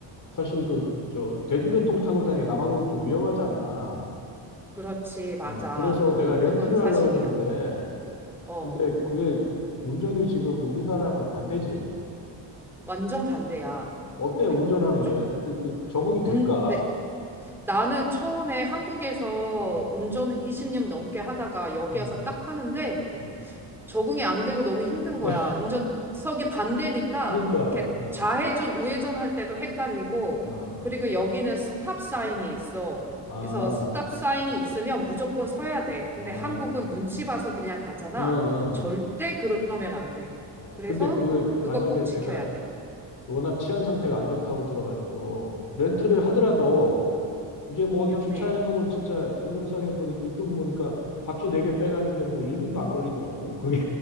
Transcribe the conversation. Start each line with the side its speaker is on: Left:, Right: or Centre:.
Left: 사실 그 저 대중교통 타고
Centre: 음.
Left: 다니기 남아공이 좀 위험하잖아.
Centre: 그렇지. 맞아.
Left: 아, 그래서 내가 렌트를
Centre: 그건 사실이야.
Left: 하려고 그러는데
Centre: 어.
Left: 근데 그게 운전이 지금 우리나라하고는 반대지.
Centre: 완전 반대야.
Left: 어때
Centre: 그리고
Left: 운전하는
Centre: 쪽
Left: 게? 그, 그 적응이
Centre: 운,
Left: 될까?
Centre: 내, 나는 처음에 한국에서
Left: 음,
Centre: 운전을 20년 넘게 하다가 여기
Left: 음,
Centre: 와서 딱 하는데
Left: 음.
Centre: 적응이 안 되고 너무 힘든
Left: 네,
Centre: 거야. 운전석이 반대니까
Left: 그러니까
Centre: 이렇게
Left: 어,
Centre: 좌회전, 우회전 할 때도 헷갈리고
Left: 어,
Centre: 그리고 여기는 스탑 사인이 있어.
Left: 아,
Centre: 그래서 스탑 사인이 있으면 무조건 서야 돼. 근데
Left: 어,
Centre: 한국은 눈치 봐서 그냥 가잖아.
Left: 어, 어,
Centre: 절대 그러면 안 돼.
Left: 어.
Centre: 그래서
Left: 근데 그
Centre: 그거
Left: 만약에
Centre: 꼭 지켜야
Left: 내가
Centre: 돼.
Left: 워낙 치안 상태가 안 좋다고 들어가지고 렌트를
Centre: 음,
Left: 하더라도 이게 뭐
Centre: 위험해.
Left: 어디 주차해 놓으면 진짜 동영상에 보니까 유튜브 보니까 바퀴 네 개 빼가는데 뭐 1분도 안 걸리더라고. 그게.